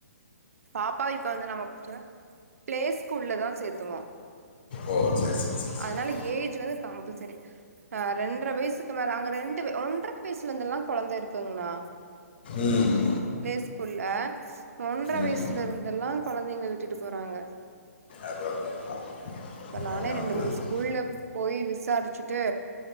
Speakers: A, on the right; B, on the left.
A: பாப்பா இப்ப வந்து நம்ம பிளே ஸ்கூல்லுதா சேர்த்தவோ
B: ஓ சரி சரி சரி சரி
A: அதனால ஏஜ் வந்து கம்பல்சரி ஆஹ் ரெண்டரை வயசுக்கு மேல அங்க ரெண்டு ஒன்றரை வயசுல இருந்தெல்லா குழந்தை இருக்குங்கண்ணா
B: ம்
A: ப்ளே ஸ்கூல்ல ஒன்ற
B: ம்
A: வயசுல இருந்தெல்லா குழந்தைங்க விட்டுட்டு போறாங்க
B: அதான் அதான்,
A: இப்ப
B: அதான்
A: நானே
B: என்ன
A: ரெண்டு
B: பண்ணுறது
A: மூணு ஸ்கூல்ல போய் விசாரிச்சுட்டு